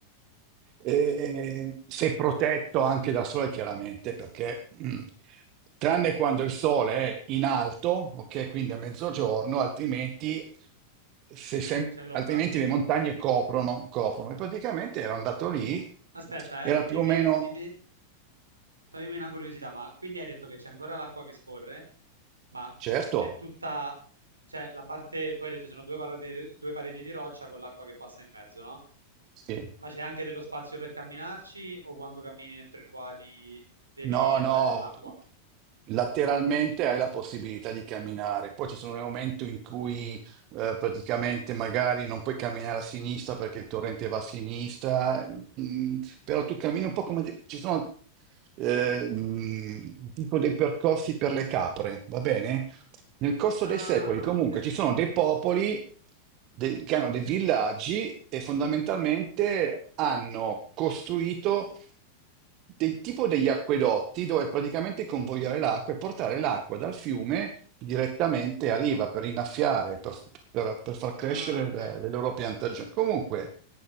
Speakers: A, on the right; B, on the right.
A: e sei protetto anche dal sole, chiaramente, perché mm, tranne quando il sole è in alto, ok, quindi a mezzogiorno, altrimenti, se sem-
B: C'è l'ombra.
A: altrimenti le montagne coprono, coprono. E praticamente ero andato lì,
B: Aspetta,
A: era
B: eh.
A: più
B: Dimmi,
A: o meno,
B: dimmi, toglimi una curiosità, ma quindi hai detto che c'è ancora l'acqua che scorre, ma
A: certo,
B: è tutta, cioè la parte, tu hai detto ci sono due parodi- due pareti, di roccia con l'acqua che passa in mezzo, no?
A: sì.
B: Ma c'è anche dello spazio per camminarci o quando cammini dentro il wadi devi
A: No,
B: andare
A: no,
B: nell'acqua?
A: lateralmente hai la possibilità di camminare. Poi ci sono dei momenti in cui eh, praticamente magari non puoi camminare a sinistra perché il torrente va a sinistra, mm, però tu cammini un po' come de- ci sono eh, mm, tipo dei percorsi per le capre, va bene? Nel corso
B: Ah,
A: dei secoli comunque
B: ok.
A: ci sono dei popoli de- che hanno dei villaggi e fondamentalmente hanno costruito del tipo degli acquedotti dove praticamente convogliare l'acqua e portare l'acqua dal fiume direttamente a riva per innaffiare, per, per- per far crescere
B: Ah, ok.
A: le, le loro piantagioni. Comunque,